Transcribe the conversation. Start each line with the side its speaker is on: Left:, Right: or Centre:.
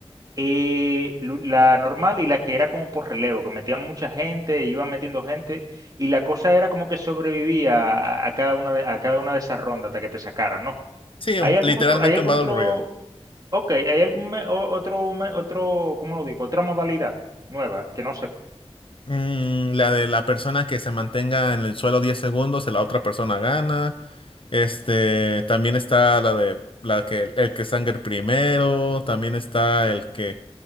Right: eh, lu- la normal y la que era como por relevo, que metían mucha gente, iban metiendo gente, y la cosa era como que sobrevivía a, a cada una de, a cada una de esas rondas hasta que te sacaran, ¿no?
Left: Sí,
Right: ¿Hay
Left: un-
Right: algún
Left: literalmente
Right: otro, hay algún
Left: un Battle
Right: otro,
Left: Royale.
Right: ok, hay algún me- o- otro, me- otro, ¿cómo lo digo? Otra modalidad nueva que no sepa.
Left: Mm, la de la persona que se mantenga en el suelo 10 segundos, la otra persona gana. Este, también está la de la que el que sangre primero, también está el que